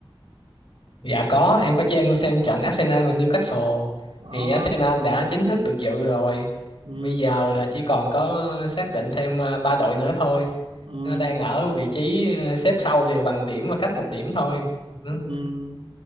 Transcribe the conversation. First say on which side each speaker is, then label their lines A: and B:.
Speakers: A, on the left; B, on the right.
A: Dạ có, em có cho em xem trận Arsenal và Newcastle
B: Đó.
A: thì Arsenal đã chính thức được dự rồi.
B: Ừ,
A: Bây giờ là chỉ còn có xác định thêm à, ba đội nữa thôi.
B: ừ,
A: Nó đang ở vị trí à, xếp sau đều bằng điểm và cách một điểm thôi. Ừ,
B: ừ.